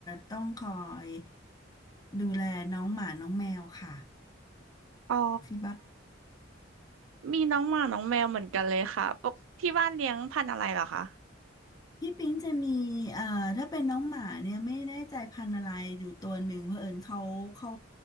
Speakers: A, on the left (about 20°); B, on the right (about 80°).
A: ต้องคอยดูแลน้องหมาน้องแมวค่ะ
B: อ๋อ
A: ที่บ้าน
B: มีน้องหมาน้องแมวเหมือนกันเลยค่ะปกที่บ้านเลี้ยงพันธุ์อะไรเหรอคะ
A: พี่ปิ๊งจะมีเอ่อถ้าเป็นน้องหมาเนี่ยไม่แน่ใจพันธุ์อะไรอยู่ตัวหนึ่งเผอิญเขาเขา